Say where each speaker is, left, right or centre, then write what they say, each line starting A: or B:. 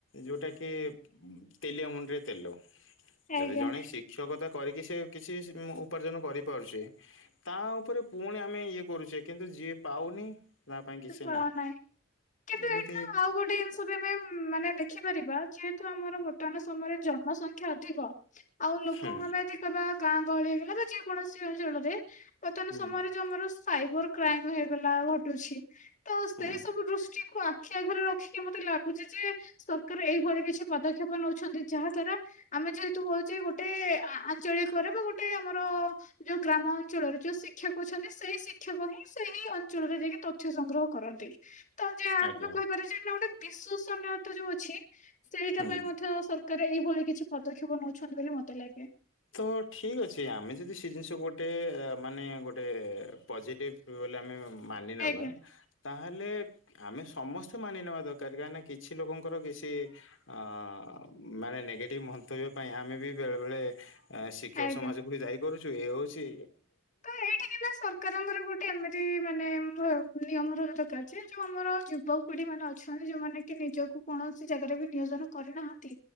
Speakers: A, on the left; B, on the left.
A: ଯୋଉଟା କି ତେଲିଆ ମୁଣ୍ଡରେ ତେଲ‌। ଯଦି
B: ଆଜ୍ଞା
A: ଜଣେ ଶିକ୍ଷକତା କରିକି ସେ କିଛି ସେ ଉପାର୍ଜନ କରିପାରୁଚି ତା ଉପରେ ପୁଣି ଆମେ ଇଏ କରୁଚେ କିନ୍ତୁ ଯିଏ ପାଉନି ତା ପାଇଁ କିଛି
B: <unintelligible> କଣ ନାହିଁ କିନ୍ତୁ
A: ଏମିତି
B: ଏଇଠି ନା ଆଉ ଗୋଟେ ଜିନିଷ ବି ଆମେ ମାନେ ଦେଖିପାରିବା ଯେହେତୁ ଆମର ବର୍ତ୍ତମାନ ସମୟରେ ଜନସଂଖ୍ୟା ଅଧିକ ଆଉ ଲୋକମାନେ
A: ହୁଁ
B: ଯଦି କହିବା ଗାଁ ଗହଳି ହେଇଗଲା ବା ଯେ କୌଣସି ଅଞ୍ଚଳରେ ବର୍ତ୍ତମାନ
A: ହୁଁ
B: ସମୟରେ ଯୋଉ ଆମର ସାଇବର କ୍ରାଇମ ହେଇଗଲା ଘଟୁଛି ତ ସେଇ
A: ହୁଁ
B: ସବୁ ଦୃଷ୍ଟିକୁ ଆଖି ଆଗରେ ରଖି ମତେ ଲାଗୁଚି ଯେ ସରକାର ଏଇଭଳି କିଛି ପଦକ୍ଷେପ ନୋଉଛନ୍ତି। ଯାହା ଦ୍ଵାରା ଆମେ ଯେହେତୁ ହୋଉଚେ <unintelligible> ଯଦି ଗୋଟେ ଆ-ଆଞ୍ଚଳିକରେ ବା ଗୋଟେ ଆମର ଯୋଉ ଗ୍ରାମ ଅଞ୍ଚଳରେ ଯୋଉ ଶିକ୍ଷକ କୋହୁଛନ୍ତି ସେଇ ଶିକ୍ଷକ ହିଁ ସେଇ ଅଞ୍ଚଳରେ ଯାଇକି ତଥ୍ୟ ସଂଗ୍ରହ କରନ୍ତି। ତ ଯେ ଆମେ
A: ଆଜ୍ଞା
B: କହିପାରିବା ଯେ ଏଥିରେ ଗୋଟେ ବିଶ୍ୱସନୀୟତା ଯୋଉ ଅଛି ସେଇଟା
A: ହୁଁ
B: ପାଇଁ ମଧ୍ୟ ସରକାର ଏଇଭଳି କିଛି ପଦକ୍ଷେପ ନଉଛନ୍ତି ବୋଲି ମତେ ଲାଗେ।
A: ତ ଠିକ୍ ଅଛି ଆମେ ଯଦି ସେ ଜିନିଷ ଗୋ ଟେ ମାନେ ଗୋଟେ ପଜେଟିଭ୍ ବୋଇଲେ ଆମେ ମାନି ନବା
B: ଆଜ୍ଞା।
A: ତାହେଲେ ଆମେ ସମସ୍ତେ ମାନି ନେବା ଦରକାର କାହିଁକ ନା କିଛି ଲୋକଙ୍କର କିଛି ଅ ମାନେ ନେଗେଟିଭ୍ ମନ୍ତବ୍ୟ ପାଇଁ ଆମେ ବି ବେଳେ ବେଳେ ଶିକ୍ଷକ
B: ଆଜ୍ଞା।
A: ସମାଜକୁ ଦାଇ କରୁଚୁ ଏ ହଉଚି
B: ତ ଏଇଠି କିନା ସରକାରଙ୍କର ଗୋଟେ ଏମିତି ମାନେ ଭ ନିୟମ ର ଦରକାର ଯେ ଯୋଉ ମୋର ଯୁବ ପିଢି ମାନେ ଅଛନ୍ତି ଯୋଉମାନେ କି ନିଜକୁ କଣ କୌଣସି ଜାଗାରେ ବି ନିୟୋଜନ କରିନାହାନ୍ତି